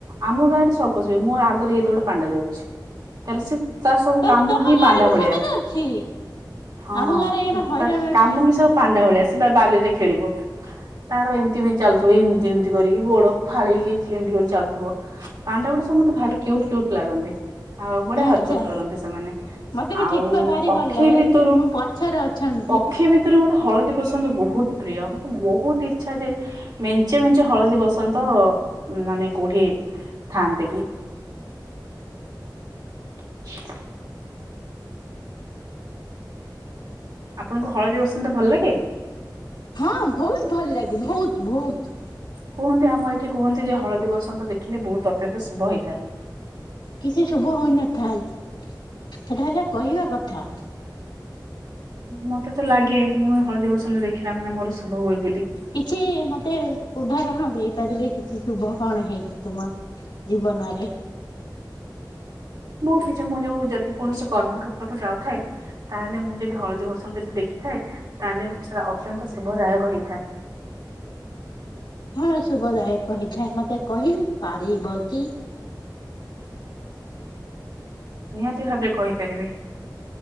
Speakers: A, on the right; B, on the left.
A: ଆମ ଗାଁ ରେ ସବୁ ପଶୁ ପକ୍ଷୀ। ମୋ ଆଗରେ ଏଇତ ଗୋଟେ ପାଣ୍ଡା ଯାଉଚି। ତାର ସେ ତାର ସବୁ
B: ତମେ
A: କାମ
B: ତମ
A: ହିଁ
B: ଗାଁରେ
A: ପାଣ୍ଡା
B: ବି
A: ଭଳିଆ।
B: ସେମିତି ଅଛି।
A: ହଁ
B: ଆମ ଗାଁରେ ଏଇନା ହଇରାଣଟେ
A: ତା କାମ ହିଁ ସବୁ ପାଣ୍ଡା ଭଳିଆ ଆସିବ ବାଲିରେ ଖେଳିବ। ତାର ଏମିତି ଏମିତି ଚାଲୁଥିବ ଏମିତି ଏମିତି କରିକି ଗୋଡ ଫାଳେଇକି ଏମତି କରି ଚାଲୁଥିବ। ପାଣ୍ଡ ଗୁଡା ସମସ୍ତେ ଭାରି କ୍ୟୁଟ କ୍ୟୁଟ ଲାଗନ୍ତି ଆଉ ବଢିଆ
B: ଆଚ୍ଛା
A: ହରକତ କରନ୍ତି ସେମାନେ।
B: ମତେ ବି
A: ଆଉ
B: ଠେକୁଆ ଭାରି
A: ପକ୍ଷୀ
B: ଭଲ ଲାଗେ
A: ଭିତରୁ
B: ମୁଁ ପଛରେ ଅଛନ୍ତି।
A: ପକ୍ଷୀ ଭିତରୁ ମତେ ହଳଦୀବସନ୍ତ ବହୁତ ପ୍ରିୟ। ମତେ ବହୁତ ଇଚ୍ଛା ଯେ ମେଞ୍ଚେ ମେଞ୍ଚେ ହଳଦୀ ବସନ୍ତ ମାନେ କୋଉଠି ଥାନ୍ତେ କି? <inaudible> ଆପଣଙ୍କୁ ହଳଦୀ ବସନ୍ତ ଭଲ ଲାଗେ?
B: ହଁ ବହୁତ ଭଲ ଲାଗେ ବହୁତ ବହୁତ।
A: କୁହନ୍ତି ଆମ ଏଇଠି କୁହନ୍ତି ଯେ ହଳଦୀ ବସନ୍ତ ଦେଖିଲେ ବହୁତ ଅତ୍ୟନ୍ତ ଶୁଭ ହେଇଥାଏ।
B: କିଛି ଶୁଭ ହୋଇନଥାଏ ସେଟା ହେଲା କହିବା କଥା।
A: ମତେ ତ ଲାଗେ ମୁଁ ହଳଦୀ ବସନ୍ତ ଦେଖିଲା ମାନେ ମୋର ଶୁଭ ହୁଏ ବୋଲି।
B: କିଛି ମତେ ଉଦାହରଣ ଦେଇପାରିବେ କିଛି ଶୁଭ କଣ ହେଇଚି ତୁମର? ଜୀବନରେ
A: ବହୁତ କିଛି ମୁଁ ଯୋଉ ଯଦି କୌଣସି କର୍ମକ୍ଷେତ୍ରକୁୁ ଯାଉଥାଏ ତାହେଲେ ମୁଁ ଯଦି ହଳଦୀ ବସନ୍ତ ଦେଖିଥାଏ ତାହେଲେ ସେଇଟା ଅତ୍ୟନ୍ତ ଶୁଭଦାୟକ ହେଇଥାଏ।
B: କଣ ଶୁଭଦାୟକ ହେଇଥାଏ ମତେ କହି ପାରିବ କି?
A: ନିହାତି ଭାବେ କହିପାରିବି,